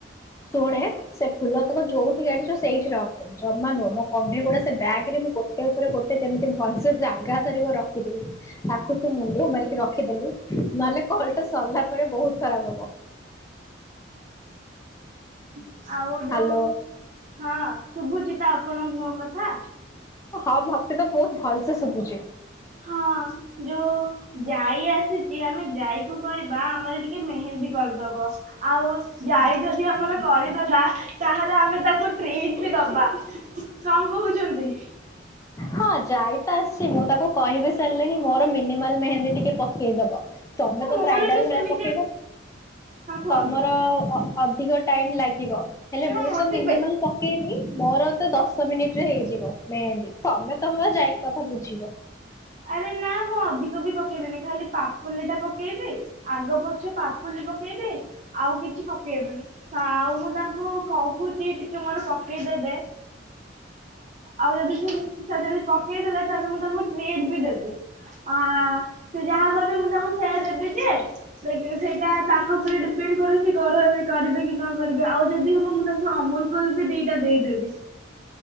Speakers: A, on the left; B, on the right.
A: ଶୁଣେ ସେ ଫୁଲ ତକୁ ଯୋଉଠି ଗାଡିଛ ସେଇଠି ରଖେ ଜମା ନୁହଁ ମୋ କଣ୍ଢେଇ ଗୁଡା ସେ ବେଗ ରେ ମୁଁ ଗୋଟେ ଉପରେ ଗୋଟେ ଯେମିତି ଭଲସେ ଜାଗା ଧରିବ ରଖ ଖିଥିଲି ତାକୁ ତୁ ମୁଣ୍ଡଆ ମାରି ରଖିଦେଲୁ ନହେଲେ କଲଟା ସରିଲା ପରେ ବହୁତ ଖରାପ ହବ।
B: <inaudible> ଆଉ ଯୋଉ
A: ହ୍ୟାଲୋ
B: ହଁ ଶୁଭୁଚି ତ ଆପଣଙ୍କୁ ମୋ କଥା
A: ହଁ ମତେ ତ ବହୁତ ଭଲ ସେ ଶୁଭୁଚି।
B: ହଁ ଯୋଉ ଯାଇ ଆସିଛି ଆମେ ଯାଇକୁ କହିବା ଆମର ଟିକେ ମେହେନ୍ଦୀ କରିଦବ ଆଉ ଯାଇ ଯଦି ଆମର କରିଦ <inaudible> ତାହେଲେ ଆମେ ତାକୁ ଟ୍ରିକ ବି ଦବା। କଣ କହୁଛନ୍ତି?
A: ହଁ ଯାଇ ତ ଆସ ମୁଁ ତାକୁ କହିବି ସାରିଲିଣିି ମୋର ମିନିମାଲ ମେହେନ୍ଦୀ ଟିକେ ପକେଇଦବ। ତମେ ତ
B: ମୋର
A: ବ୍ରାଇଡାଲ
B: ବି
A: ଭଳିଆ
B: ସେମିତି
A: ପକେଇବ
B: ହଁ କୁହନ୍ତୁ
A: ତମର ଅଧିକ ଟାଇମ୍ ଲାଗିବ। ହେଲେ
B: ମୋର
A: ମୁଁ ତ ମିନିମଲ
B: ଯିବେ
A: ପକେଇବି ମୋର ତ ଦଶ ମିନିଟ ରେ ହେଇଯିବ। ମେହେନ୍ଦୀ ତମେ ତମର ଯାଇକି କଥା ବୁଝିବ।
B: ଆରେ ନା ମୁଁ ଅଧିକ ବି ପକେଇବିନି ଖାଲି ପାପୁଲି ଟା ପକେଇବି ଆଗ ପଛେ ପାପ ପୁଲି ପକେଇବି ଆଉ କିଛି ପକେଇବନି ଆଉ ମୁଁ ତାଙ୍କୁ କହୁଛି ଟିକେ ମୋର ପକେଇଦେବେ। ଆଉ ଯଦି ସେ ଯଦି ପକେଇଦଲା ତାହେଲେ ମୁଁ ତାଙ୍କୁ ଟେ ବି ଦେବି ଆ ସେ ଯାହା କହିଁବେ ମୁଁ ତାଙ୍କୁ ସେୟା ଦେବି ଯେ ଦେ ସେଇଟା ତାଙ୍କ ଉପରେ ଡିପେଣ୍ଡ କରୁଛି କର ଏବେ କରିବେ କି ନ କରିବେ ଆଉ ଯଦି ହବ ମୁଁ ତାଙ୍କୁ ଅମୁଲ କୁଲ୍ ବି ଦିଟା ଦେଇଦେବି।